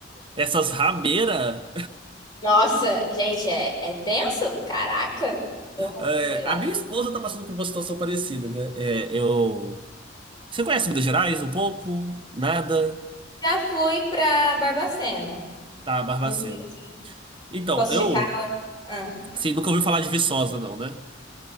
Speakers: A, on the right; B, on the left.
A: essas rameiras.
B: <laughs> nossa, gente, é, é tenso? Caraca. Eu,
A: É,
B: sei lá.
A: a minha esposa tá passando por uma situação parecida, né? É, eu. Você conhece Minas Gerais um pouco? Nada?
B: Já fui pra Barbacena.
A: Tá, Barbacena.
B: Não sei se
A: Então,
B: posso
A: eu,
B: de Ah,
A: assim, nunca ouvi falar de Viçosa, não, né?